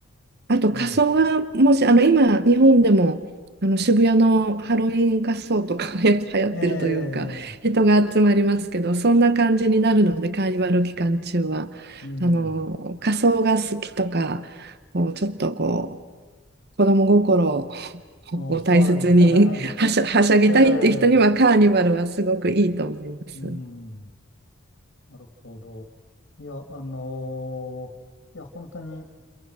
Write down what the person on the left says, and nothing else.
ええ
ええうん。
あ、は
い。<laughs> ええ、うん、なるほど。いや、あのーいや、本当に